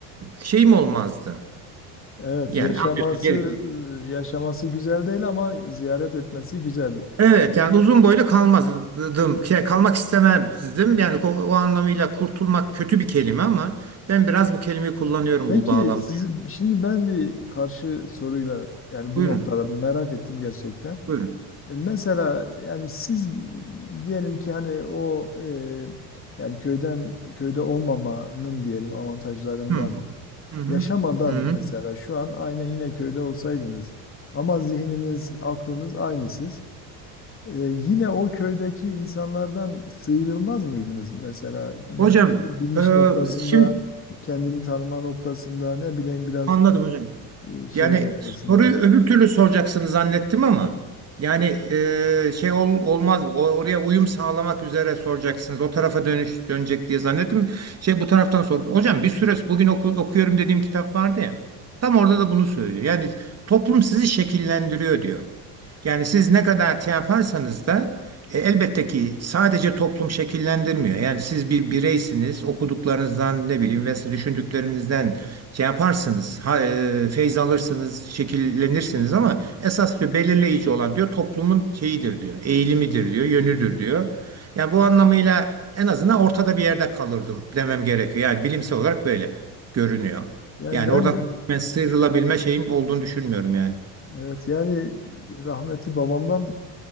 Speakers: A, on the right (about 30°); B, on the left (about 25°).
A: şeyim olmazdı.
B: Evet,
A: Yani
B: yaşaması
A: anlıyorsun. geri-
B: e, yaşaması güzel değil ama ziyaret etmesi güzel.
A: Evet yani uzun boylu kalmazdım. Şey, kalmak istemezdim. Yani o, o anlamıyla kurtulmak kötü bir kelime ama ben biraz bu kelimeyi kullanıyorum
B: Peki
A: bu bağlamda.
B: siz şimdi ben bir karşı soruyla yani bu
A: Buyurun.
B: noktada merak ettim gerçekten.
A: Buyurun.
B: E, Mesela yani siz diyelim ki hani o e, yani köyden köyde olmamanın diyelim avantajlarından
A: Hı hı. Hı hı.
B: yaşamadan
A: Hı
B: mesela şu an aynı yine köyde olsaydınız ama zihniniz, aklınız aynı siz. E, yine o köydeki insanlardan sıyrılmaz mıydınız mesela
A: Hocam,
B: bilinç
A: Ee,
B: noktasında,
A: şimdi
B: kendini tanıma noktasında, ne bileyim biraz
A: anladım hocam.
B: e, şey
A: Yani
B: noktasında.
A: soruyu öbür türlü soracaksınız zannettim ama yani e, şey ol- olmaz O- oraya uyum sağlamak üzere soracaksınız o tarafa dönüş dönecek diye zannettim şey bu taraftan sordum hocam bir süre bugün oku- okuyorum dediğim kitap vardı ya tam orada da bunu söylüyor yani toplum sizi şekillendiriyor diyor yani siz ne kadar şey yaparsanız da e, elbette ki sadece toplum şekillendirmiyor yani siz bir bireysiniz okuduklarınızdan ne bileyim ve düşündüklerinizden şey yaparsınız, ha, e, feyz alırsınız, şekillenirsiniz ama esas diyor belirleyici olan diyor toplumun şeyidir diyor, eğilimidir diyor, yönüdür diyor. Yani bu anlamıyla en azından ortada bir yerde kalırdım demem gerekiyor. Yani bilimsel olarak böyle görünüyor.
B: Yani
A: Yani
B: ben
A: oradan tamamen sıyrılabilme şeyim olduğunu düşünmüyorum yani.
B: e, evet yani rahmetli babamdan